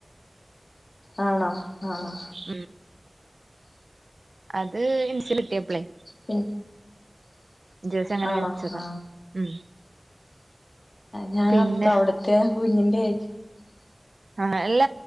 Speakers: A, on the left (about 60°); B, on the right (about 80°).
A: ആണോ ആഹ്
B: ഉം അത് ഹിന്റല് കിട്ടിയപ്പളെ
A: പിന്നെ
B: ജസ്റ്റ് അങ്ങനെ
A: ആണോ
B: വെച്ചതാ
A: ആ
B: ഉം
A: ഞാനോർത്തേ
B: പിന്നെ
A: അവിടത്തെ കുഞ്ഞിന്റെ ആയി
B: ആ അല്ല